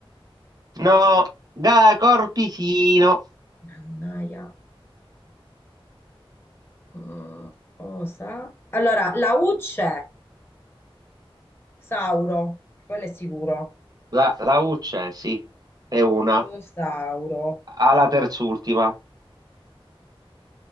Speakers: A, on the right; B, on the left.
A: No, ga- corpicino.
B: Mannaia. Mm, osa. Allora, la U c'è, Sauro, quello è sicuro.
A: La, la U c'è, sì, è una.
B: Osauro.
A: Alla terz'ultima